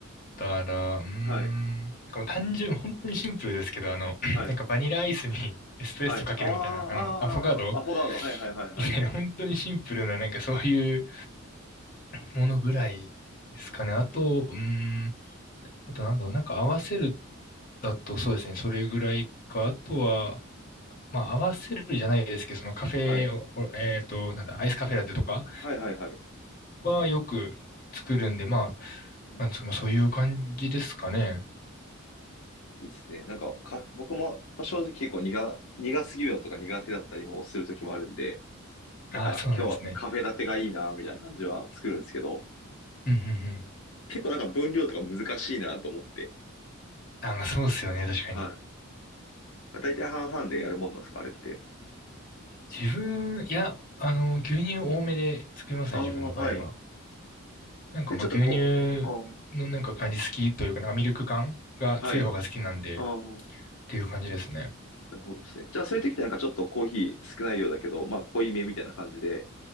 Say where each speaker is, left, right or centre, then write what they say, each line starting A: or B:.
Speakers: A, on the left (about 40°); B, on the left (about 75°).
A: たら、うーん、
B: はい、
A: なんかもう単純、本当にシンプルですけど、あの、
B: はい、
A: <clears throat> なんかバニラアイスにエスプレッソかけるみたいな、
B: はい。ああ、
A: あの、
B: ああ、
A: アフォガド
B: アフォガード。はい、はい、はい、はい。
A: みたいな、本当にシンプルな、なんかそういうものぐらいですかね。あと、うーん、あとなんだろう、なんか合わせるだとそうですね、それぐらいか、あとは、まあ、合わせるじゃないですけど、そのカフェを、
B: はい、
A: おえっと、なんだ、アイスカフェラテとか
B: はい、はい、はい。
A: はよく作るんで、まあ、
B: うん
A: なんですか、まあ、そういう感じですかね。
B: いいっすね。なんか、か、僕もまあ正直結構苦、苦すぎるのとか苦手だったりもする時もあるんで、なんか今日はカフェラテがいいな、
A: ああ、そうなんですね。
B: みたいな感じは作るんですけど、
A: うん、うん、うん。
B: 結構なんか分量とか難しいなと思って。
A: あ、まあ、そうですよね、確かに。
B: はい。まあ大体半々でやるもんなんですか、あれって。
A: 自分、いや、あの、牛乳多めで作りますね、
B: ああ、
A: 自分の場合は。
B: はい。
A: なんか、
B: で、
A: まあ、
B: ちょっとこう、
A: 牛乳のなんか感じ好きというか、
B: あ
A: なんかミルク感が強い方が好きなんで、
B: あ、はい。ああ、
A: っていう感じですね。
B: なるほどですね。じゃあ、そういう時ってなんかちょっとコーヒー少ない量だけど、まあ、濃いめみたいな感じで